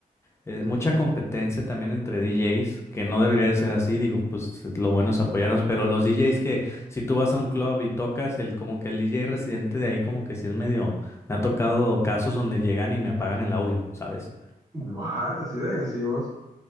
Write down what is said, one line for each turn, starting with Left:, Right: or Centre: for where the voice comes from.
Left: eh, mucha competencia también entre DJs, que no debería de ser así, digo, pues lo bueno es apoyarnos, pero los DJs que si tú vas a un club y tocas, el como que el DJ residente de ahí como que sí es medio, me ha tocado casos donde llegan y me apagan el audio, ¿sabes?
Right: ¿What? Así de agresivos.